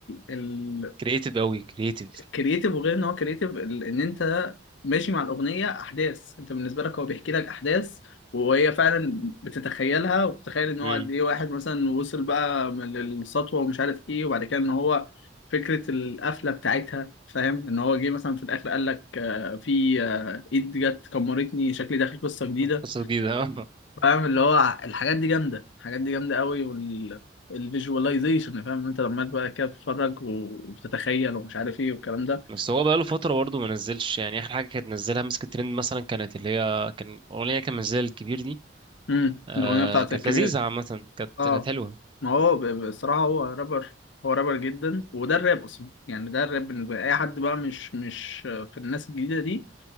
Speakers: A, on the left; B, on the right.
A: ال
B: كرييتيف قوي كرييتيف
A: كرييتيف وغير ان هو كرييتيف ان انت ماشي مع الاغنيه احداث انت بالنسبه لك هو بيحكي لك احداث وهي فعلا بتتخيلها وبتتخيل ان هو
B: امم
A: قد ايه واحد مثلا وصل بقى من- للسطوه ومش عارف ايه وبعد كده ان هو فكره القفله بتاعتها فاهم ان هو جه مثلا في الاخر قال لك آه، في آه، ايد جت كمرتني شكلي داخل قصه جديده
B: قصة جديدة <laughs>
A: فاهم اللي هو الحاجات دي جامده الحاجات دي جامده قوي وال الفيجواليزيشن فاهم ان انت لما بقى كده بتتفرج وبتتخيل ومش عارف ايه والكلام ده
B: بس هو بقاله فترة برضه ما نزلش يعني آخر حاجة كانت نزلها مسكت ترند مثلا كانت اللي هي كان أغنية كان منزلها الكبير دي
A: امم
B: آه
A: الاغنيه بتاعت
B: كانت
A: الكبير
B: لذيذة عامة كانت
A: اه
B: كانت حلوة
A: ما هو ب- ب- بصراحه هو رابر هو رابر جدا وده الراب اصلا يعني ده الراب بالنسبه لي اي حد بقى مش مش في الناس الجديده دي